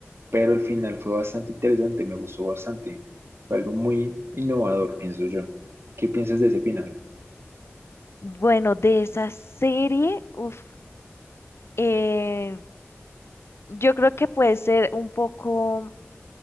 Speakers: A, on the right; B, on the left.
A: pero el final fue bastante interesante, me gustó bastante. Fue algo muy innovador, pienso yo. ¿Qué piensas de ese final?
B: Bueno, de esa serie, uf, eh, yo creo que puede ser un poco.